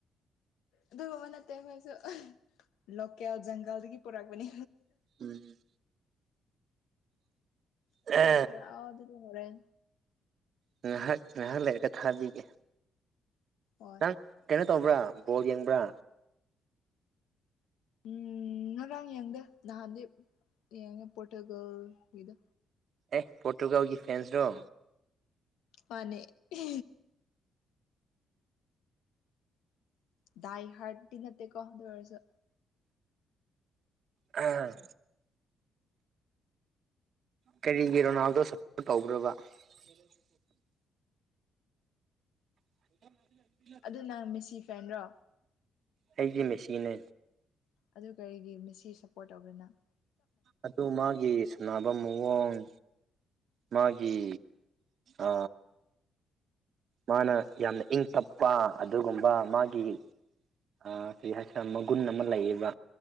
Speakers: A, on the left; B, on the right.
A: ꯑꯗꯨꯒꯨꯝꯕ ꯅꯠꯇꯦ ꯑꯩꯈꯣꯏꯁꯨ ꯂꯣꯀꯦꯜ ꯖꯪꯒꯜꯗꯒꯤ ꯄꯨꯔꯛꯄꯅꯦ
B: ꯎꯝ ꯑ
A: ꯐꯣꯇꯣ ꯊꯔꯛꯑꫭ ꯑꯗꯨꯗꯤ ꯍꯣꯔꯦꯟ
B: ꯉꯥꯏꯍꯥꯛ ꯉꯍꯥꯛ ꯂꯩꯔꯒ ꯊꯥꯕꯤꯒꯦ
A: ꯍꯣꯏ
B: ꯅꯪ ꯀꯩꯅꯣ ꯇꯧꯕ꯭ꯔꯥ ꯕꯣꯜ ꯌꯦꯡꯕ꯭ꯔꯥ
A: ꯎꯝ ꯉꯔꯥꯡ ꯌꯦꯡꯗꯦ ꯅꯍꯥꯟꯗꯤ ꯌꯦꯡꯉꯦ ꯄꯣꯔꯇꯨꯒꯜꯒꯤꯗꯣ
B: ꯑꯦ ꯄꯣꯔꯇꯨꯒꯜꯒꯤ ꯐꯦꯟꯁꯔꯣ
A: ꯃꯥꯅꯦ ꯏ ꯗꯥꯏ ꯍ꯭ꯔꯠꯇꯤ ꯅꯠꯇꯦ ꯀꯣ ꯑꯗꯨ ꯑꯣꯏꯔꯁꯨ
B: ꯑꯍꯝ ꯀꯔꯤꯒꯤ ꯔꯣꯅꯥꯜꯗꯣ ꯁꯞꯄꯣꯔꯠ ꯇꯧꯕ꯭ꯔꯥꯕ <inaudible> <inaudible>
A: ꯅꯪꯅ ꯃꯦꯁꯤ ꯐꯦꯟꯔꯣ
B: ꯑꯩꯗꯤ ꯃꯦꯁꯤꯅꯦ
A: ꯑꯗꯨ ꯀꯔꯤꯒꯤ ꯃꯦꯁꯤ ꯁꯞꯄꯣꯔꯠ ꯇꯧꯕꯔ ꯅꯪ
B: ꯑꯗꯨ ꯃꯥꯒꯤ ꯁꯥꯟꯅꯕ ꯃꯑꫭꯡ ꯃꯥꯒꯤ ꯑ ꯃꯥꯅ ꯌꯥꯝꯅ ꯏꯪ ꯇꯞꯄ ꯑꯗꯨꯒꯨꯝꯕ ꯃꯥꯒꯤ ꯑ ꯀꯩ ꯍꯥꯏꯁꯤꯔ ꯃꯒꯨꯟ ꯑꯃ ꯂꯩꯌꯦꯕ